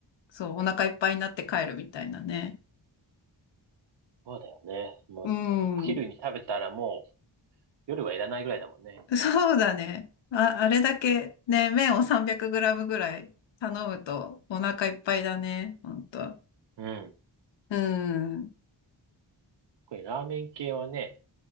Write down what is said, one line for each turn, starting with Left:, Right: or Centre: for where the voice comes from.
Left: そう、お腹いっぱいになって帰るみたいなね。
Right: そうだよね。もう、
Left: うん。
Right: お昼に食べたらもう夜はいらないぐらいだもんね。
Left: そうだね。あ、あれだけね、麺を 300g ぐらい頼むとお腹いっぱいだね、ほんと。
Right: うん。
Left: うん。
Right: これラーメン系はね、